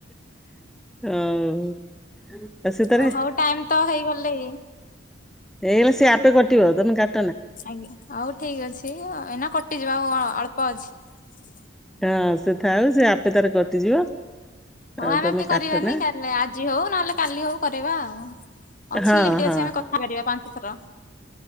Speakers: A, in the centre; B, on the left (about 40°).
A: ହଉ ଆଉ ସେ ତାରେ
B: ଓ ହଉ ଟାଇମ ତ ହେଇଗଲେ।
A: ଏଇଲେ ସିଏ ଆପେ କଟିିବ ତମେ କା
B: ଆଜ୍ଞା ହଉ ଠିକ ଅଛି ଏଇନା କଟିଯିବ ଆଉ ଅଳ୍ପ ଅଛି।
A: ହଁ ସେ ଥାଉ ସେ ଆପେ ତାର କଟିଯିବ।
B: ହଁ
A: ଆଉ
B: ଆମେ
A: ତମେ
B: ବି କରିବନି
A: କାଟନା।
B: କା ଆଜି ହଉ ନହେଲେ କାଲି ହଉ କରିବା ଆଉ। ଅଛି
A: ହଁ
B: ଲିମିଟ
A: ହଁ
B: ଅଛି ଆମେ
A: ହଁ
B: କଥା ହେଇପାରିବା ପାଞ୍ଚ ଥର।